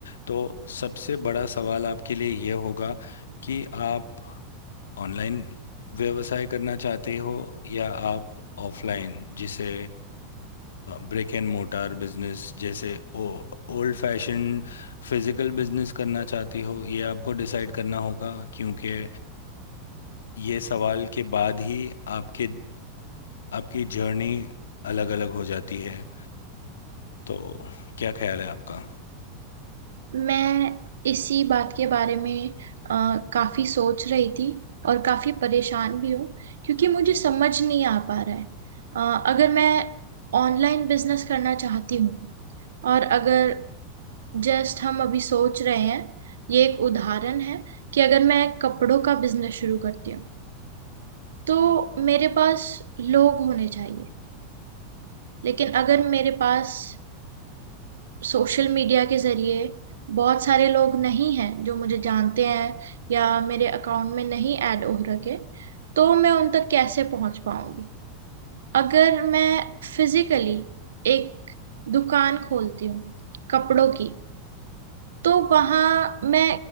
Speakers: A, on the left (about 80°); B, on the right (about 80°).
A: तो सबसे बड़ा सवाल आपके लिए ये होगा कि आप ऑनलाइन व्यवसाय करना चाहते हो या आप ऑफलाइन जिसे ब्रिक एंड मोटार बिजनेस जैसे o old fashion physical business करना चाहते हो ये आपको डिसाइड करना होगा क्योंकि ये सवाल के बाद ही आपके आपकी जर्नी अलग-अलग हो जाती है तो क्या ख्याल है आपका
B: मैं इसी बात के बारे में अ, काफी सोच रही थी और काफी परेशान भी हूँ क्योंकि मुझे समझ नहीं आ पा रहा है अ, अगर मैं ऑनलाइन बिजनेस करना चाहती हूँ और अगर जस्ट हम अभी सोच रहे हैं ये एक उदाहरण है कि अगर मैं कपड़ों का बिजनेस शुरू करती हूँ तो मेरे पास लोग होने चाहिए लेकिन अगर मेरे पास सोशल मीडिया के जरिए बहुत सारे लोग नहीं हैं जो मुझे जानते हैं या मेरे अकाउंट में नहीं ऐड हो रखे तो मैं उन तक कैसे पहुंच पाऊंगी अगर मैं फिजिकली एक दुकान खोलती हूँ कपड़ों की तो वहां मैं